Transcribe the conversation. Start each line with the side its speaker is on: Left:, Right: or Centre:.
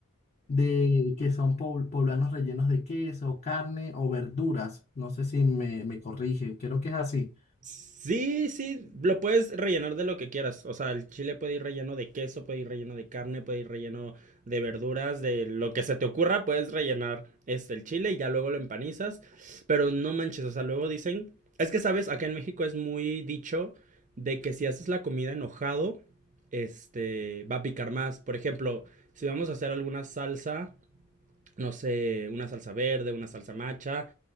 Left: de que son pobl- poblanos rellenos de queso, carne o verduras. No sé si me, me corrige, creo que es así.
Right: Sí, sí, lo puedes rellenar de lo que quieras. O sea, el chile puede ir relleno de queso, puede ir relleno de carne, puede ir relleno de verduras, de lo que se te ocurra, puedes rellenar este el chile y ya luego lo empanizas. Pero no manches, o sea, luego dicen, es que sabes, acá en México es muy dicho de que si haces la comida enojado, este va a picar más. Por ejemplo, si vamos a hacer alguna salsa no sé, una salsa verde, una salsa macha,